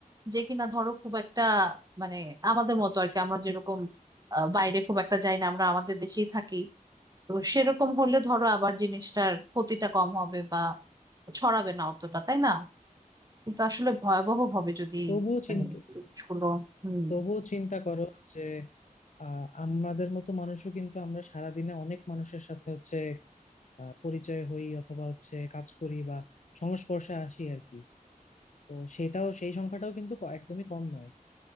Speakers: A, on the right; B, on the left.
A: যে কিনা ধরো খুব একটা মানে আমাদের মতো আর কি আমরা যেরকম আহ, বাইরে খুব একটা যাই না আমরা আমাদের দেশেই থাকি তো সেরকম হলে ধরো আবার জিনিসটার ক্ষতিটা কম হবে বা ছড়াবে না অতটা তাই না কিন্তু আসলে ভয়াবহ হবে যদি
B: তবুও চিন্তা
A: মানে জিনিসগুলো হুম
B: তবুও চিন্তা করো যে আহ আমাদের মতো মানুষও কিন্তু আমরা সারাদিনে অনেক মানুষের সাথে হচ্ছে আহ, পরিচয় হই অথবা হচ্ছে কাজ করি বা সংস্পর্শে আসি আর কি তো সেটাও সেই সংখ্যাটাও কিন্তু ক- একদমই কম নয়